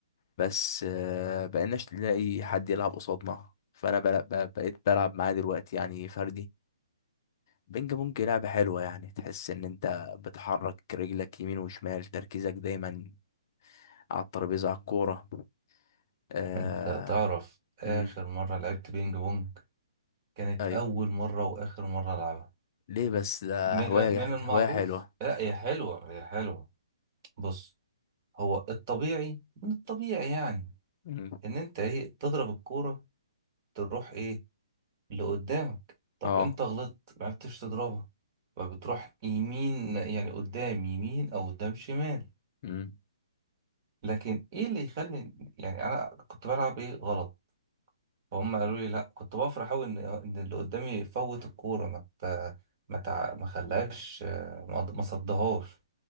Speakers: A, on the left; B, on the right.
A: بس آه، بقيناش نلاقي حد يلعب قصادنا فأنا بل- ب- بقيت بلعب معاه دلوقتي يعني فردي بينج بونج لعبة حلوة يعني تحس إن أنت بتحرك رجلك يمين وشمال تركيزك دايما على الترابيزة على الكورة آه...
B: انت تعرف اخر
A: مم.
B: مره لعبت بينج بونج كانت
A: أيوة
B: اول مره واخر مره العبها
A: ليه بس ده
B: من
A: هواية
B: من المعروف
A: هواية حلوة
B: لا هي حلوه هي حلوه بص هو الطبيعي من الطبيعي يعني
A: مم.
B: ان انت ايه تضرب الكوره تروح ايه اللي قدامك طب
A: اه
B: انت غلطت ما عرفتش تضربها فبتروح يمين يعني قدام يمين او قدام شمال
A: مم.
B: لكن ايه اللي يخلي يعني انا كنت بلعب ايه غلط فهم قالوا لي لا كنت بفرح قوي ان ان اللي قدامي يفوت الكوره ما ت- ما تع- ما خلاش ما ما صدهاش